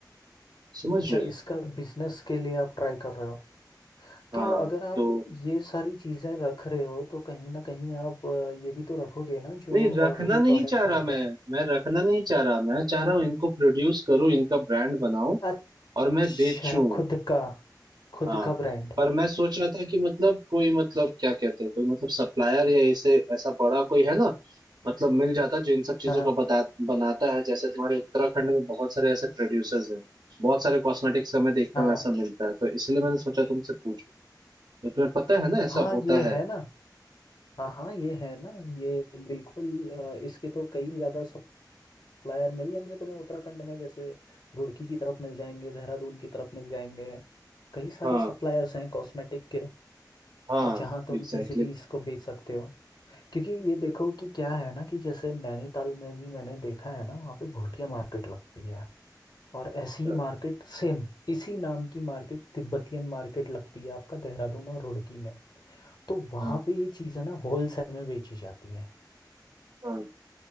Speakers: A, on the right; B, on the left.
A: समझ
B: अच्छा
A: रहे हो?
B: इसका बिजनेस के लिए आप ट्राई कर रहे हो
A: हाँ
B: तो अगर आप
A: तो
B: ये सारी चीज़ें रख रहे हो तो कहीं ना कहीं आप अ, ये भी तो रखोगे ना जो
A: नहीं रखना
B: और भी
A: नहीं
B: प्रोडक्ट
A: चाह
B: होते
A: रहा मैं
B: हैं
A: मैं रखना नहीं चाह रहा मैं चाह रहा हूँ इनको प्रोड्यूस करूँ इनका ब्रांड बनाऊं
B: हाँ। अच्छा
A: और मैं बेचूं
B: खुद का खुद
A: हाँ
B: का ब्रांड
A: पर मैं सोच रहा था कि मतलब कोई मतलब क्या कहते हैं कोई मतलब सप्लायर या ऐसे ऐसा बड़ा कोई है ना मतलब मिल जाता जो इन सब चीजों
B: हाँ हाँ
A: का बता बनाता है जैसे तुम्हारे उत्तराखंड में बहुत सारे ऐसे प्रोड्यूसर्स हैं बहुत सारे कॉस्मेटिक्स का मैं देखता
B: हाँ
A: हूँ ऐसा मिलता है तो इसलिए मैंने सोचा तुमसे पूछूं तो तुम्हें पता है ना ऐसा
B: हाँ हाँ,
A: होता
B: ये
A: है
B: है ना हाँ हाँ ये है ना ये बिल्कुल अ, इसके तो कई ज़्यादा सप्लायर मिल जाएंगे तुम्हें उत्तराखंड में जैसे रुड़की की तरफ मिल जाएंगे देहरादून की तरफ मिल जाएंगे कई सारे
A: हाँ
B: सप्लायर्स हैं कॉस्मेटिक के
A: हाँ
B: और जहाँ तुम
A: एग्जैक्टली
B: इजीली इसको बेच सकते हो क्योंकि ये देखो कि क्या है ना कि जैसे नैनीताल में भी मैंने देखा है ना वहाँ पे भोटिया मार्केट लगती है और ऐसी ही
A: हाँ
B: मार्केट सेम इसी नाम की मार्केट तिब्बतियन मार्केट लगती है आपका देहरादून और रुड़की में तो वहां
A: हाँ
B: पे ये चीजें ना होलसेल में बेची जाती हैं
A: हाँ